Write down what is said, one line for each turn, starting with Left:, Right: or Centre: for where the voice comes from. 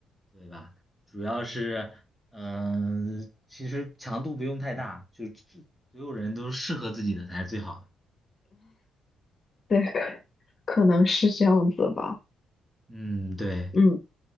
Centre: 对吧？主要是，嗯、其实强度不用太大，就就所有人都适合自己的才是最好的。
Left: 对，可可能是这样子吧。
Centre: 嗯，对，
Left: 嗯，